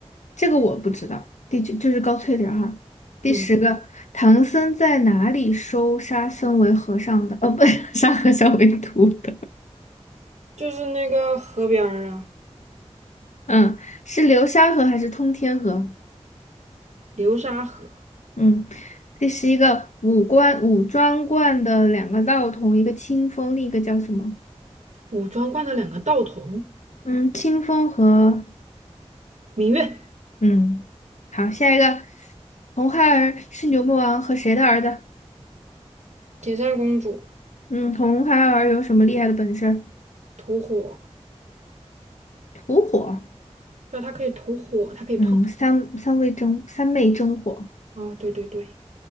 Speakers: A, on the left; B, on the right.
A: 这个我不知道，第九就是高翠玲儿哈。第十个，
B: 嗯，
A: 唐僧在哪里收沙僧为和尚的？哦，不，<laughs> 沙和尚为徒的。
B: 就是那个河边儿啊，
A: 嗯，是流沙河还是通天河？
B: 流沙河，
A: 嗯，这是一个五官五庄观的两个道童，一个清风，另一个叫什么？
B: 武装观的两个道童，
A: 嗯，清风和
B: 芈月。
A: 嗯，好，下一个，红孩儿是牛魔王和谁的儿子？
B: 铁扇公主
A: 嗯，红孩儿有什么厉害的本事？
B: 吐火，
A: 吐火。
B: 对，她可以吐火，她可以碰。
A: 嗯，三三味真三昧真火。
B: 哦，对对对，